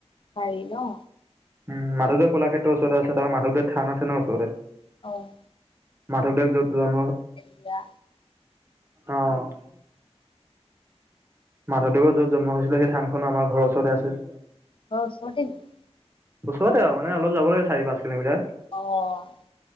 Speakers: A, on the left; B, on the right.
A: পাৰি ন।
B: উম মাধৱদৱ কাক্ষেতৰ ওচৰতে আছে, তাৰ পিছত মাধৱদেৱ থান আছে ন ওচৰতে।
A: অঁ'।
B: মাধৱদেৱ যত জন্ম
A: দিয়া
B: অ <unintelligible> মাধৱদেৰ যত জন্ম হৈছিলে সেই থানখন আমাৰ ঘৰৰ ওচৰতে আছে।
A: ঘৰৰ ওচৰতে নেকি?
B: বছৰতে আৰু মানে অলপ যাব লাগে চাৰি পাঁচ কিলোমিটাৰ।
A: অ'